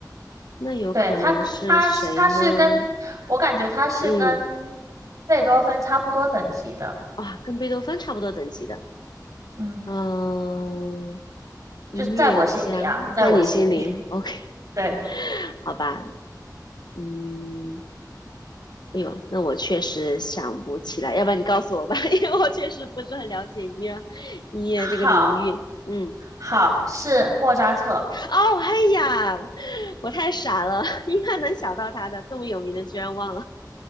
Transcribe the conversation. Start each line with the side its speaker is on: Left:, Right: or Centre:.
Left: 那有可能是谁呢？
Right: 对，它跟，它是，它是跟，我感觉它是跟贝多芬差不多等级的，
Left: 嗯，哇，跟贝多芬差不多等级的，
Right: 嗯，
Left: 嗯，音乐家，
Right: 就是在我心里啊，在我心里，
Left: 在你心里，OK，
Right: <laughs> 对，
Left: <laughs> 好吧，嗯，哎呦，那我确实想不起来，要不然你告诉我吧，<laughs> 因为我确实不是很了解音乐音乐这个领域。
Right: 好，
Left: 嗯，
Right: 好，是莫扎特。
Left: 哦，哎呀，我太傻了，<laughs> 应该能想到他的，这么有名的居然忘了。